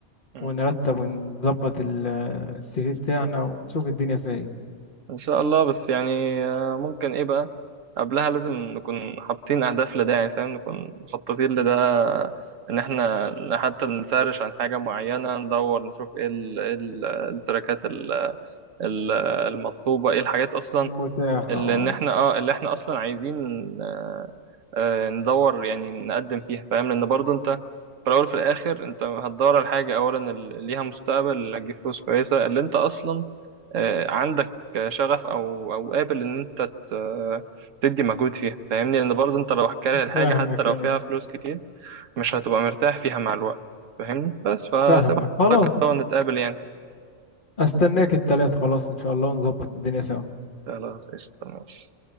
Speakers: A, on the right; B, on the left.
A: مم.
B: ونرتب ونظبط ال- السي في بتاعنا ونشوف الدنيا فيها ايه
A: ان شاء الله بس يعني آه، ممكن ايه بقى قبلها لازم نكون حاطين اهداف لده يعني فاهم نكون مخططين لده ان احنا حتى نسرش عن حاجة معينة ندور نشوف ايه ال- إيه ال- التراكات ال- ال- المطلوبة ايه الحاجات اصلا
B: المتاح
A: اللي
B: اه
A: ان احنا اه اللي احنا اصلا عايزين آه، آه، ندور يعني نقدم فيها فاهم لان برضو انت في الاول وفي الاخر انت هتدور على حاجه اولا اللي ليها مستقبل اللي هتجيب فلوس كويسه اللي انت اصلا آه، عندك شغف او او قابل ان انت ت- تدي مجهود فيها فاهمني لان برضو انت لو هتكره الحاجه
B: فاهمك
A: حتى لو
B: ايه
A: فيها فلوس كتير مش هتبقى مرتاح فيها مع الوقت فاهمني بس فسيبها
B: فاهمك خلاص
A: نتقابل يعني
B: استناك التلات خلاص ان شاء الله ونظبط الدنيا سوا
A: خلاص قشطة ماشي